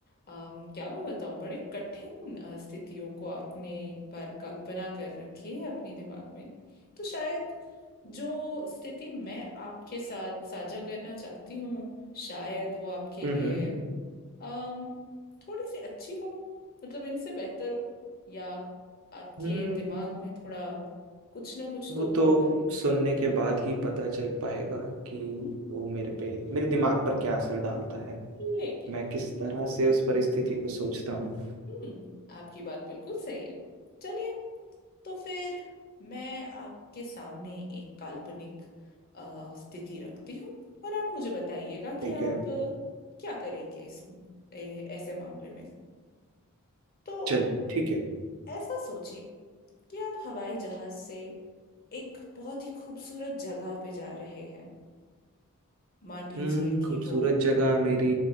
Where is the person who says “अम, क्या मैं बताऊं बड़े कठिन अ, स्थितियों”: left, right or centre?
Left